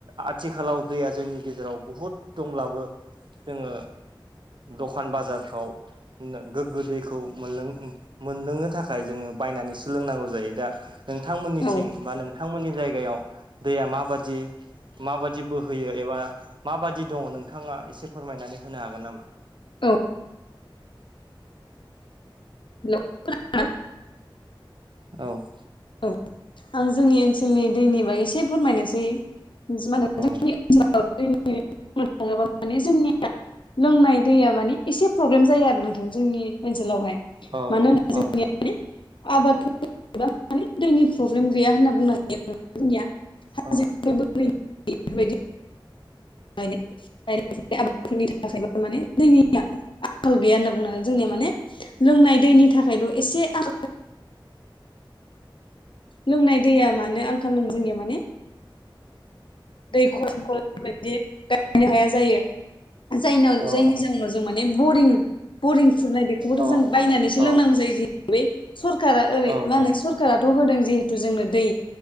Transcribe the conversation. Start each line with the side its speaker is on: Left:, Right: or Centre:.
Right: आथिखालाव दैया जोंनि गेजेराव बहुद दंब्लाबो जोङो दखान बाजारफ्राव गोग्गो दैखौ मोनलों मोनदोंनो थाखाय जोङो बायनानै सोलोंनांगौ जायो दा नोंथांमोननिथिं
Left: औ
Right: बा नोंथांमोननि जायगायाव दैया मााबाददि माबाददि बोहोयो एबा माबादि दङ नोंथाङा एसे फोरमायनानै होनो हागोन नामा?
Left: औ <unintelligible>
Right: औ
Left: औ आं जोंनि ओनसोलनि दैनिबा एसे फोरमायनोसै म होन
Right: औ
Left: जोंनि ओनसोल दै थाङोबा माने जोंनिया लोंनाय दैया माने इसे प्रबलेम जायो आरो नोंथां जोंनि ओनसोलावहाय
Right: औ
Left: मानोहौनोबा
Right: औ
Left: आबाथ' माने दैनि प्रब्लेम गैया होनना बुंनो हायो आरो जोंनिया हाजो
Right: औ
Left: ब बेफोरबायदि नाय आबादफोरनि थाखायब माने जोंनिया आंखाल गैया होनना बुंनो होन जोंनिया माने लोंनाय दैनि थाखायल' एसे आं लोंनाय दैया मानो आंखाल जोंनियाव माने दै खरंखल बिदि गायनो हाया जायो। जायनाव
Right: औ
Left: जायनि जाहनाव जों माने बरिं बरिं खुरनाय बेखौबोथ'
Right: औ
Left: जों बायनानैसो
Right: औ
Left: लोंनांगौ जायो ज सरखारा ओरै
Right: औ
Left: मा
Right: औ
Left: होनो सरखाराथ' होदों जिहेथु जोंनो दै